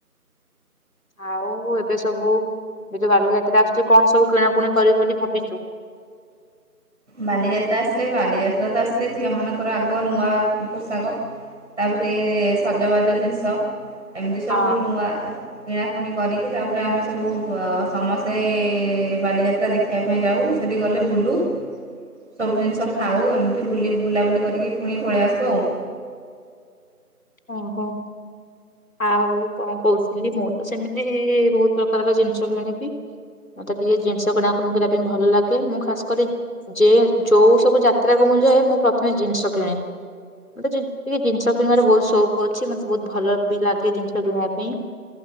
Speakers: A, on the left; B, on the right.
A: ଆଉ ଏବେ ସବୁ ଏ ଯୋଉ ବାଲିଯାତ୍ରା ଆସୁଛି କଣ ସବୁ କିଣାକୁଣି କରିବି ବୋଲି ଭାବିଛୁ?
B: ବାଲିଯାତ୍ରା ଆସିଲେ ବାଲିଯାତ୍ରା ତ ଆସିଲେ ଝିଅ ମାନଙ୍କର ଆଗ ନୂଆ ପୋଷାକ ତାପରେ ସଜବାଜ ଜିନିଷ। ଏମିତି ସବୁ
A: ଆ
B: ନୂଆ କିଣା। ପୁଣି କରିକି ତାପରେ ଆମେ ସବୁ ସମସ୍ତେଏଏ ବାଲିଯାତ୍ରା ଦେଖିବା ପାଇଁ ଯାଉ ସେଠି ଗଲେ ବୁଲୁ। ସବୁ ଜିନିଷ ଖାଉ ଏମିତି ବୁଲି ବୁଲାବୁଲି କରିକି ପୁଣି ପଳେଇ ଆସୁ ଆଉ।
A: ଓହୋଃ ଆଉ କଣ କହୁଥିଲି ମୁଁ ତ ସେମିତି ବହୁତ ପ୍ରକାରର ଜିନିଷ କିଣିବି ମତେ ଟିକେ ଜିନିଷ କିଣାକୁଣି କରିବା ପାଇଁ ଭଲ ଲାଗେ ମୁଁ ଖାସ୍ କରି ଯ ଯୋଉ ସବୁ ଯାତ୍ରାକୁ ମୁଁ ଯାଏ ମୁଁ ପ୍ରଥମେ ଜିନିଷ କିଣେ ମତେ ଟିକେ ଜିନିଷ କିଣିବାରେ ବହୁତ ସ୍ ସଉକ ଅଛି ମୋତେ ବହୁତ ଭଲ ବି ଲାଗେ ଜିନିଷ କିଣିବା ପାଇଁ